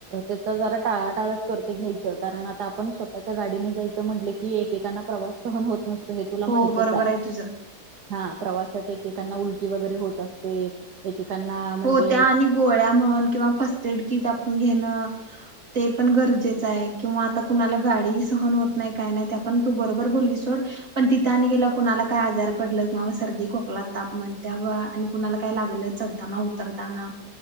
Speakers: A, on the right; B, on the right.
A: त्याचा जरा टळा टाळचं कर ते घ्यायचं, कारण आ - आता आपण स्वतःच्या गाडीनं जायचं म्हटलं की, एकेकाांना प्रवास सहन होत नसतोय तं हे तुला
B: हो
A: माहितच
B: बरोबर
A: हाय,
B: आहे तुझं
A: हा, प्रवासात एकेकांना उलटी वगैरे होत असते- एकेकांना- म्हणजे
B: हो त्या आणि गोळ्या म्हण किंवा फर्स्ट एड किट आपण घेणं- ते पण गरजेचं आहे, किंवा आता कुणाला गाडी ही सहन होत नाही, काय नाही त्या- पण तू बरोबर बोललीस सोड, पण तिथं आणी गेल्याव कुणाला- काय आजार पडलं किंवा सर्दी खोकला तापमान त्या आणि कुणाला काय लागलं जर - चढताना उतरताना,